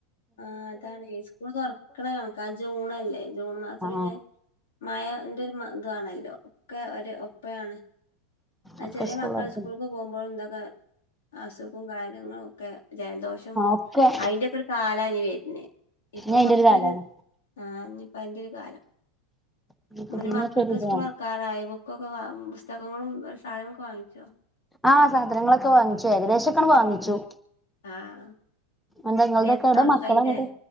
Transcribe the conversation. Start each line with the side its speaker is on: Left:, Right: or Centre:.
Left: ആഹ് അതാണ് സ്കൂൾ തുറക്കണ കണക്കാ ജൂണല്ലേ ജൂൺ മാസം
Centre: ആ
Left: പിന്നെ മഴന്റെ ഒരു ഇതാണല്ലോ ഒക്കെ ഒരു ഒപ്പയാണ് അ
Centre: ഒക്കെ
Left: ചെറിയ
Centre: സ്കൂൾ
Left: മക്കള
Centre: ആ
Left: സ്കൂളക്ക് പോകുമ്പോഴും എന്തൊക്കെ അസുഖം കാര്യങ്ങളും ഒക്കെ ജലദോഷം
Centre: ഒക്കെ
Left: അതിന്റെയക്കെ ഒരു കാലനി വരുന്നേ ഇപ്പൊ
Centre: ഇഞ്ഞ് അയിന്റെ
Left: കൊറച്ചൊരു
Centre: ഒരു കാലാണ്
Left: ആഹനിപ്പ അയിന്റെ ഒരു കാലം
Centre: ഇഞ്ഞ് ഇപ്പൊ
Left: അനെ
Centre: ഇതിന്നൊക്കെ
Left: മക്കൾക്ക്
Centre: ഒരു ഇത്
Left: സ്കൂൾ
Centre: വാണം
Left: തുറക്ക ക്കറായ ബുക്കൊക്കെ വാ പുസ്തകങ്ങളും സാധനൊക്കെ വാങ്ങിച്ചോ
Centre: ആഹ സാധനങ്ങളൊക്കെ വാങ്ങിച്ചു ഏകദേശംക്കൊണ് വാങ്ങിച്ചു
Left: ആഹ്
Centre: ന്താ ങ്ങൾതൊക്കെ
Left: പെരുന്നാളും
Centre: എവിടെ മക്കൾ
Left: ആയില്ലേ
Centre: ഇങ്ങട്ട്